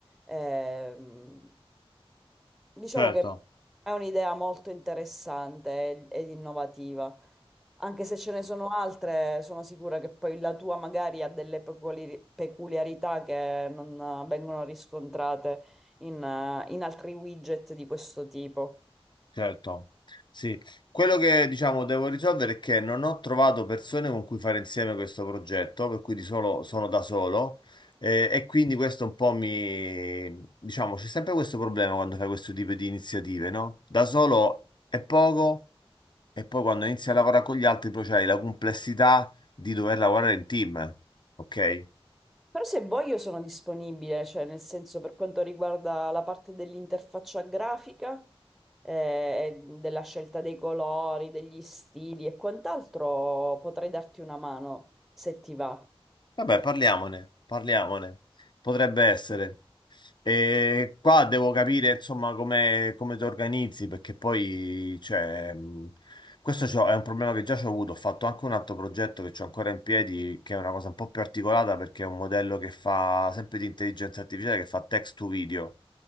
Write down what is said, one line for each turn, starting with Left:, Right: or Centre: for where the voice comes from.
Centre: Ehm, diciamo
Left: Certo,
Centre: che è un'idea molto interessante ed, ed innovativa, anche se ce ne sono altre, sono sicura che poi la tua magari ha delle peculiari- peculiarità che non eh, vengono riscontrate in eh, in altri widget di questo tipo.
Left: certo. Sì, quello che diciamo devo risolvere è che non ho trovato persone con cui fare insieme questo progetto, per cui di solo sono da solo eh, e quindi questo un po' mi diciamo c'è sempre questo problema quando fai questo tipo di iniziative, no? Da solo è poco e poi quando inizi a lavorare con gli altri poi c'hai la complessità di dover lavorare in team, ok?
Centre: Però se vuoi io sono disponibile, cioè nel senso per quanto riguarda la parte dell'interfaccia grafica, eh, della scelta dei colori, degli stili e quant'altro, potrei darti una mano se ti va.
Left: Vabbè, parliamone, parliamone. Potrebbe essere. E qua devo capire, insomma, come, come ti organizzi, perché poi, cioè, mh, questo c'ho- è un problema che già ho avuto. Ho fatto anche un altro progetto che ho ancora in piedi, che è una cosa un po' più articolata, perché è un modello che fa sempre di intelligenza artificiale, che fa text to video.